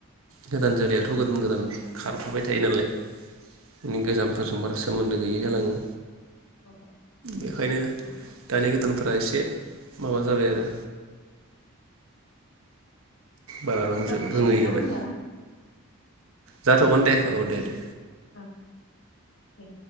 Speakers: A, on the right; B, on the left.
A: गोदान जोलैयाथ' गोदान गोदान खार थाफाबाय थायो नालाय गोजामफोरजों बारा सोमोन्दो गैयै जालाङो
B: औ
A: बेखायनो दानि गोदानफोरा एसे माबा जाबाय आरो बारा रोंजोब
B: जाथ'सिगोन
A: रोङै
B: ना
A: जाबाय
B: होमबा?
A: जाथ'गोन दे औ दे दे।
B: ओं दे।